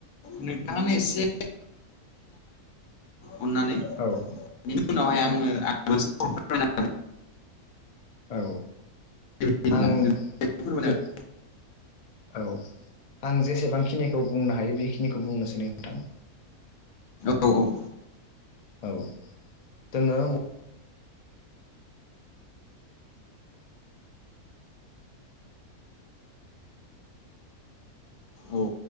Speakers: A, on the left; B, on the left.
A: नोंथांङानो एसे अननानै
B: औ
A: बिनि उनावहाय
B: नोंथां
A: आंङों
B: औ
A: बिदिब्ला
B: आं
A: फोरमायना
B: जे औ आं जेसेबांखिनिखौ बुंनो हायो बेखिनिखौ बुंनोसैय नोंथां।
A: औव औव।
B: औ दंङो।
A: औ